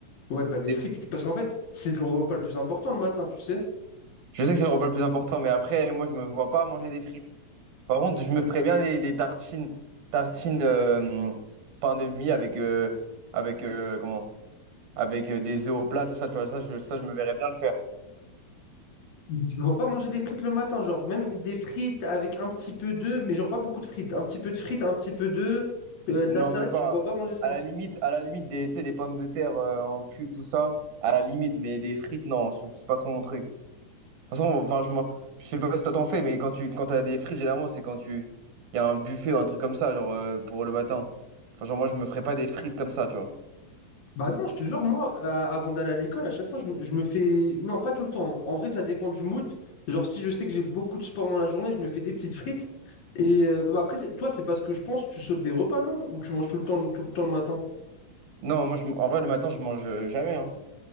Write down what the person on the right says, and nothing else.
Des-
Je sais que c'est le repas le plus important, mais après, moi, je me vois pas manger des frites. Par contre, je me ferais bien des, des tartines, tartines euh, pain de mie avec, euh, avec euh, comment? Avec euh, des œufs au plat, tout ça, tu vois, ça, je, ça, je me verrais bien le faire.
Non,
même
pas.
À la limite, à la limite des, tu sais, des pommes de terre euh, en cube, tout ça. À la limite, mais des frites, non, c'est c'est pas trop mon truc. De toute façon, enfin, je, m'en- je sais pas si toi t'en fais, mais quand tu quand t'as des frites, généralement, c'est quand tu. Il y a un buffet ou un truc comme ça, genre euh, pour le matin. Enfin, genre, moi, je me ferais pas des frites comme ça, tu vois.
Non, moi, je m- en vrai, le matin, je mange euh, jamais, hein.